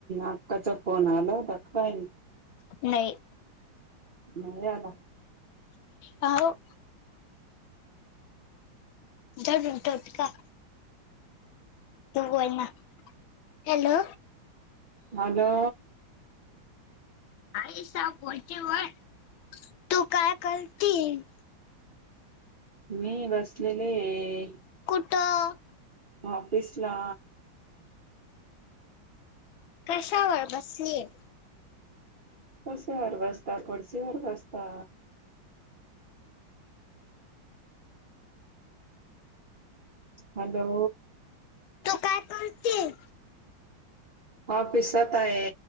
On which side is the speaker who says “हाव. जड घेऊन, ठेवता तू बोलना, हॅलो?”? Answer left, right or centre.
Left